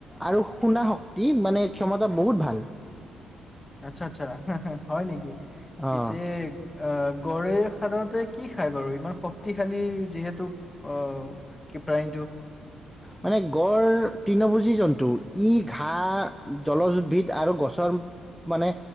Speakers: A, in the centre; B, on the left (about 15°).
A: আৰু শুনা শক্তি মানে ক্ষমতা বহুত ভাল।
B: আচ্ছা - আচ্ছা হে - হে হয় নেকি? পিছে
A: অঁ
B: আহ, গড়ে সাধাৰণতে কি খায় বাৰু ইমান শক্তিশালী যিহেতু অহ কি প্ৰায় ইণ্টো।
A: মানে গড় তৃণভোজী জন্তু ই ঘাহ জলজউদ্ভিদ আৰু গছৰ মানে